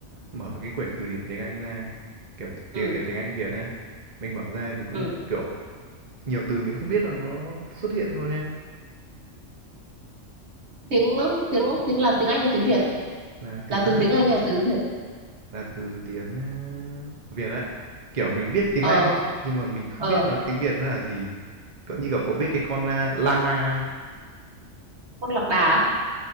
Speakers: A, on the right (about 40°); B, on the right (about 60°).
A: mở cái quyển từ điển tiếng Anh ra, kiểu từ
B: ừ
A: điển tiếng Anh Việt á, mình mở ra mình cũng
B: ừ
A: kiểu nhiều từ mình không biết là nó xuất hiện luôn nha.
B: tiếng tiếng tiếng là tiếng Anh hay tiếng Việt
A: Là tiếng
B: là từ tiếng Anh hay là từ tiếng Việt
A: là từ tiếng ờ, Việt ấy. Kiểu mình biết tiếng
B: ờ
A: Anh nhưng mà mình không
B: ờ
A: biết nó tiếng Việt nó là gì. Cậu như kiểu có biết cái con ờ, llama không?
B: con lạc đà á?